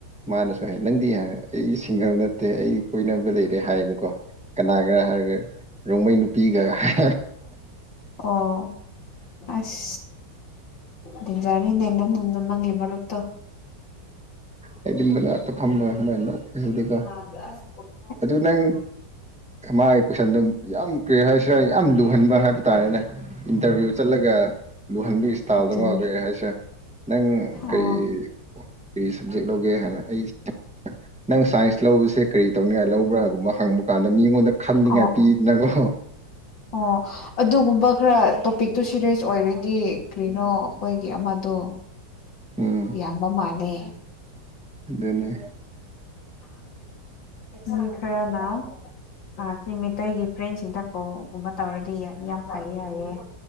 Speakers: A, in the centre; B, on the left.
A: ꯃꯥꯅꯁꯨ ꯍꯥꯏ ꯅꯪꯗꯤ ꯍꯥꯏꯔ ꯑꯩ ꯁꯤꯡꯒꯔ ꯅꯠꯇꯦ ꯑꯩ ꯀꯣꯏꯅꯕ ꯂꯩꯔꯦ ꯍꯥꯏꯌꯦꯕꯀꯣ ꯀꯅꯥꯒ ꯍꯥꯏꯔꯒ ꯔꯣꯡꯃꯩ ꯅꯨꯄꯤꯒ ꯍꯥꯏ
B: ꯑꯣ ꯑꯁ ꯇꯤꯟꯖꯥꯔꯤꯅꯤꯅꯦ ꯅꯪ ꯅ ꯅꯪꯒꯤ ꯃꯔꯨꯞꯇꯣ
A: ꯑꯩꯗꯤ ꯃꯅꯥꯛꯇ ꯐꯃꯃ ꯈꯪꯕ꯭ꯔ <unintelligible>
B: <unintelligible>
A: ꯑꯗꯨ ꯅꯪ ꯃꯥꯒꯤ ꯀꯣꯏꯁꯟꯗꯣ ꯌꯥꯝ ꯀ꯭ꯔꯤ ꯍꯥꯏꯁꯤꯔ ꯌꯥꯝ ꯂꯨꯍꯟꯕ ꯍꯥꯏꯕ ꯇꯥꯔꯦꯅꯦ ꯏꯟꯇꯔꯚꯤꯌꯨ ꯆꯠꯂꯒ ꯂꯨꯍꯟꯕꯒꯤ ꯏꯁꯇꯥꯏꯜꯗ
B: ꯑꯗꯨꯅꯦ
A: ꯑꯃ ꯀꯩ ꯍꯥꯏꯁꯦ ꯅꯪ ꯀꯩ
B: ꯑꯣ
A: ꯀꯔꯤ ꯁꯕꯖꯦꯛ ꯂꯧꯒꯦ ꯍꯥꯏꯅ ꯑꯩ ꯅꯪ ꯁꯥꯏꯟꯁ ꯂꯧꯕꯁꯦ ꯀꯔꯤ ꯇꯧꯅꯤ ꯒꯥ ꯂꯧꯕ꯭ꯔꯥꯒꯨꯝꯕ ꯍꯪꯕ ꯀꯥꯟꯗ ꯃꯤꯉꯣꯟꯗ ꯈꯟꯅꯤꯡꯉꯥꯏ
B: ꯑꯣ
A: ꯄꯤꯅꯉꯣ
B: ꯑꯣ ꯑꯣ ꯑꯗꯨꯒꯨꯝ ꯕ ꯈꯔ ꯇꯣꯄꯤꯛꯇꯨ ꯁꯤꯔꯤꯌꯁ ꯑꯣꯏꯔꯗꯤ ꯀ꯭ꯔꯤꯅꯣ ꯑꯈꯣꯏꯒꯤ ꯑꯃꯗꯣ
A: ꯎꯝ
B: ꯏꯌꯥꯝꯕ ꯃꯥꯜꯂꯦ
A: ꯑꯗꯨꯅꯤ
B: ꯃꯤ ꯈꯔꯥꯅ ꯑꯥ ꯁꯤ ꯃꯩꯇꯩꯒꯤ ꯐ꯭ꯔꯦꯟꯁꯤꯡꯗ ꯀꯣꯜꯒꯨꯝꯕ ꯇꯧꯔꯗꯤ ꯌꯥꯝ ꯐꯩ ꯍꯥꯏꯌꯦ